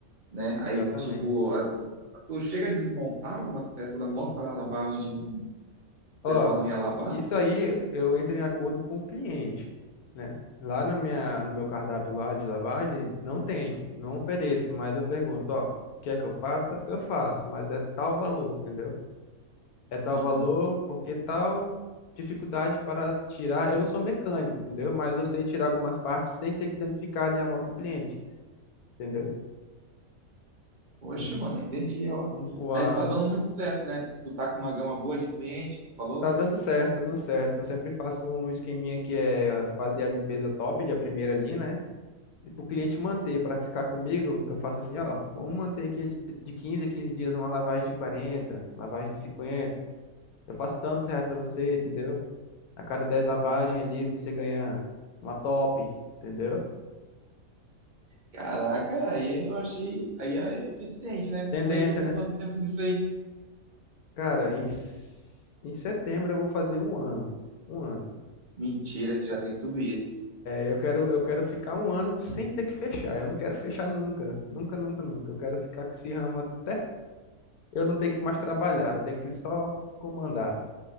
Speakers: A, on the right; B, on the left.
A: né?
B: exatamente.
A: Aí, tipo, as, tu chega a desmontar algumas peças da moto para lavar onde não- o
B: Ó,
A: pessoal não ia lavar?
B: isso aí eu entro em acordo com o cliente, né? Lá na minha, no meu cardápio lá de lavagem, não tenho, não ofereço, mas eu pergunto, ó, quer que eu faça? Eu faço, mas é tal valor, entendeu? É tal
A: Aham.
B: valor porque tal dificuldade para tirar. Eu não sou mecânico, entendeu? Mas eu sei tirar algumas partes sem ter que danificar ali a moto do cliente, entendeu?
A: Poxa,
B: Como,
A: mano, entendi, ó.
B: como
A: Mas
B: a,
A: tá dando muito certo, né? Tu tá com uma gama boa de cliente, tu falou?
B: Tá dando certo, tá dando certo. Eu sempre faço um esqueminha que é fazer a limpeza top de a primeira ali, né? E pro cliente manter, para ficar comigo, eu faço assim, ó, vamos manter aqui de, de 15 a 15 dias uma lavagem de 40, lavagem de 50. Eu faço tantos reais para você, entendeu? A cada 10 lavagens ali você ganha uma top, entendeu?
A: Caraca, aí eu achei. Aí é eficiente, né? Tu
B: Tendência,
A: começou tem
B: né?
A: quanto tempo nisso aí?
B: Cara, em, s- em setembro eu vou fazer um ano. Um ano.
A: Mentira, que já tem tudo isso.
B: Eu quero, eu quero ficar um ano sem ter que fechar. Eu não quero fechar nunca. Nunca, nunca, nunca. Eu quero ficar com esse ramo até eu não ter que mais trabalhar, ter que só comandar.